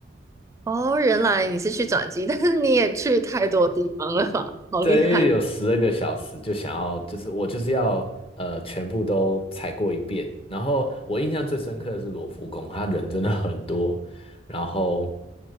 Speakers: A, on the right; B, on the left.
A: 哦，原来你是去转机，但是你也去太多地方了吧？好厉害！
B: 对，因为有十二个小时，就想要，就是我就是要呃全部都踩过一遍。然后我印象最深刻的是罗浮宫，它人真的很多。然后